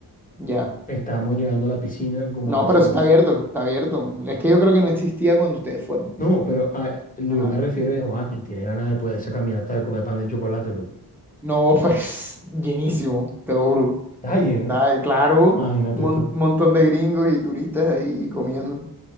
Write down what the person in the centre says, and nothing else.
Ya.
No,
pero
eso está abierto, está abierto. Es que yo creo que no existía cuando ustedes fueron.
Ajá.
No, <laughs> pues llenísimo, te lo juro.
Está, claro,
un mon-
montón de gringos y turistas ahí comiendo.